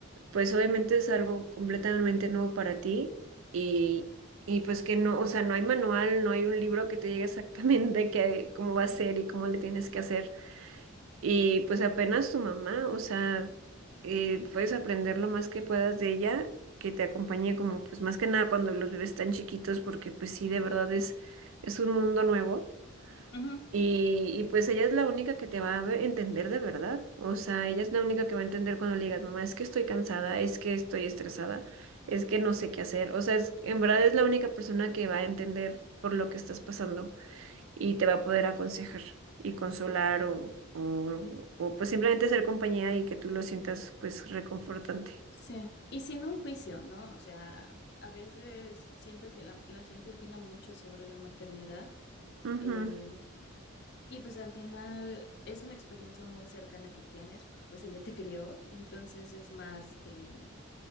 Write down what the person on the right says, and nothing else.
pues obviamente es algo completamente nuevo para ti y, y pues que no, o sea, no hay manual, no hay un libro que te diga exactamente qué, cómo va a ser y cómo le tienes que hacer. Y pues apenas tu mamá, o sea, eh, puedes aprender lo más que puedas de ella, que te acompañe como pues más que nada cuando los bebés tan chiquitos, porque pues sí, de verdad es, es un mundo nuevo.
Y, y pues ella es la única que te va a ve- entender de verdad. O sea, ella es la única que va a entender cuando le digas, mamá, es que estoy cansada, es que estoy estresada, es que no sé qué hacer. O sea, es- en verdad es la única persona que va a entender por lo que estás pasando y te va a poder aconsejar y consolar o, o, o, pues simplemente ser compañía y que tú lo sientas pues reconfortante.
Ujú.